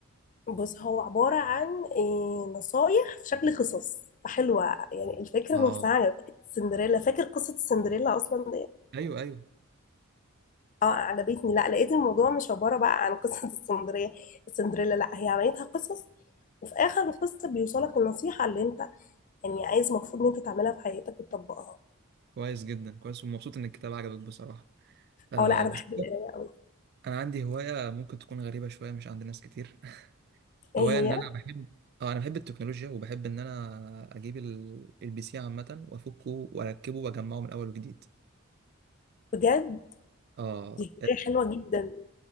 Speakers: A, on the left; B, on the right.
A: بص هو عباره عن إيه، نصايح في شكل قصص فحلوة يعني الفكرة
B: اه
A: نفسها عجبتني سندريلا فاكر قصة السندريلا أصلا
B: أيوه أيوه
A: اه عجبتني لا لقيت الموضوع مش عبارة بقى عن قصة <laughs> السندرية السندريلا لا هي عملتها قصص وفي آخر القصة بيوصلك النصيحة اللي انت يعني عايز المفروض ان انت تعملها في حياتك وتطبقها
B: كويس جدا كويس ومبسوط إن الكتاب عجبك بصراحة آه
A: اه لا انا
B: بس
A: بحب القراية
B: أنا عندي هواية ممكن تكون غريبة شوية مش عند ناس كتير <laughs>
A: ايه
B: هواية
A: هي
B: إن أنا بحب اه أنا بحب التكنولوجيا وبحب إن أنا أجيب ال- البي سي عامة وأفكه وأركبه وأجمعه من أول وجديد
A: بجد
B: اه
A: دي هواية حلوة جدا